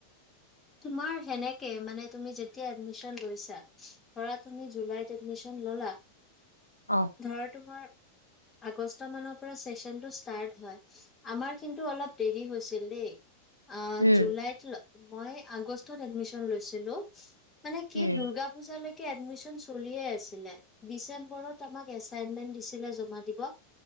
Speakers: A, on the left; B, on the right.
A: তোমাৰে হেনেকে মান তুমি যেতিয়া এডমিশন লৈছা ধৰা তুমি জুলাইত এডমিছন। ললা
B: অ'।
A: ধৰা তোমাৰ। আগষ্ট মানৰ পৰা চেচনটো ষ্টাৰ্ট হয় আমাৰ কিন্তু অলপ দেৰি হৈছিল দেই।
B: উম,
A: জুলাইত মই আগষ্টত এডমিশ্যন লৈছিলোঁ। মানে কি
B: উম।
A: দ দুৰ্গা পূজা লৈকে। এডমিশন চলিয়ে আছিলে ডিচেম্বৰত আমাক এচাইনমেন্ট দিছিলে জমা দিব।